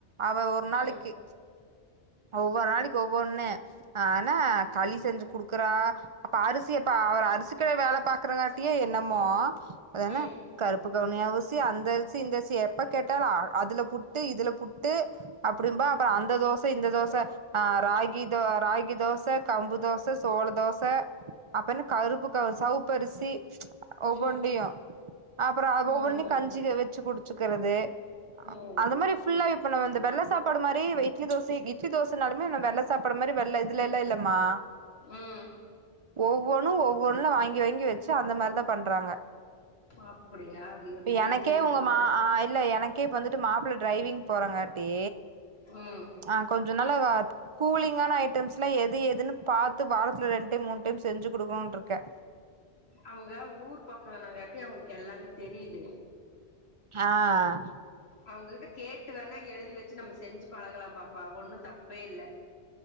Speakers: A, on the right; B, on the left.
A: அவ ஒரு நாளைக்கி
B: ம்
A: ஒவ்வொர் நாளிக் ஒவ்வொன்னு ஆனா களி செஞ்சு குடுக்குறா அப்ப அரிசி அப்ப அவ அர்சி கடைல வேல பாக்குறகாட்டியே என்னமோ ஏனா
B: ம்
A: கருப்பு கவுனி அரிசி அந்த அர்சி இந்த அர்சி எப்ப கேட்டாலு அர் அதுல புட்டு இதுல புட்டு அப்டிம்பா ப அந்த தோஸ் ப இந்த தோச ஆ ராகி தோ ராகி தோச கம்பு தோச சோள தோச அப்பென்ன கருப்புக்கவ் செவ்ப் பரிசி
B: ம்
A: ஒவ்வொன்டியு அப்றோ அ
B: ம்
A: ஒவ்வொன்னி கஞ்சிக வெச்சு குடிச்சிக்கறது
B: ம்
A: அது மாரி ஃபுல்லா இப்ப நா வந்து வெள்ள சாப்பாடு மாரி வ இட்லி தோஸ் சி இட்லி தோசனாலுமே நம் வெள்ள சாப்பாடு மாரி வெள்ள இதுல இல்லல்லமா
B: ம்
A: ஒவ்வொன்னு ஒவ்வொன்ல வாங்கி வாங்கி வெச்சு அந்த மாரிதா பண்றாங்க
B: அப்படியா அது எப்படின்னு
A: எனக்கே
B: தெரியல
A: உங்க
B: பாப்போ
A: மா ஆ இல்ல எனக்கே இப் வந்துட்டு மாப்ள டிரைவிங் போறங்காட்டி
B: உஹம்
A: ஆஹா கொஞ்ச நாலா கூலிங் ஆனா ஐட்டம்ஸ் லா எது எதுன்னு வரத்துல ரெண்டு டைம் மூணு டைம் செஞ்சு கொடுக்கணும் இருக்கே
B: அவங்க ஊர் பக்கனங்கட்டி அவங்களுக்கு எல்லாமே தெரியுது
A: ஆஹ்
B: அவங்க கிட்ட கேட்டு வென எழுதுவச்சி நம்ம செஞ்சி பலகாலம் பாப்பா ஒன்னும் தப்பே இல்ல